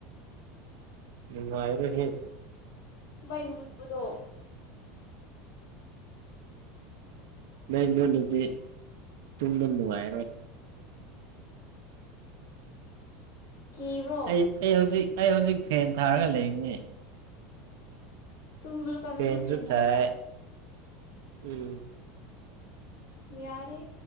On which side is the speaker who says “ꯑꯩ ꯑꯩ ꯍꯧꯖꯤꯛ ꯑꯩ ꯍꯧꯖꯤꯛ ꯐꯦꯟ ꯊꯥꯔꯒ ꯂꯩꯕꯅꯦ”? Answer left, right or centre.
Right